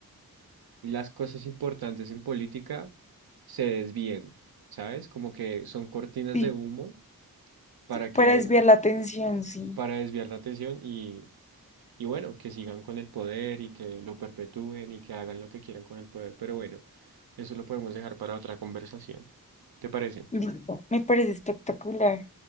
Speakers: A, on the right; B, on the left.
A: las cosas importantes en política se desvíen, ¿sabes? Como que son cortinas
B: Sí.
A: de humo para que,
B: para desviar la atención, sí.
A: para desviar la atención y, y bueno, que sigan con el poder y que lo perpetúen y que hagan lo que quieran con el poder. Pero bueno, eso lo podemos dejar para otra conversación. ¿Te parece?
B: Listo. Me parece espectacular.